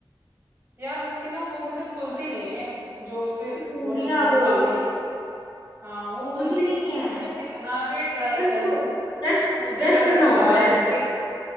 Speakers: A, on the right; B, on the left.
A: यार उसकी ना वो मुझे फूलती नहीं है जो उसके
B: अच्छा पूड़िया
A: वो होते हैं
B: वो
A: पापड़ी हाँ वो
B: फूलती
A: फूलती
B: नहीं
A: नहीं
B: है
A: है मुझे मैं कितना भी ट्राई
B: यार उनको
A: कर लूं सूजी
B: प्रेस प्रेस
A: वगैरह
B: करना होता
A: डाल
B: है
A: के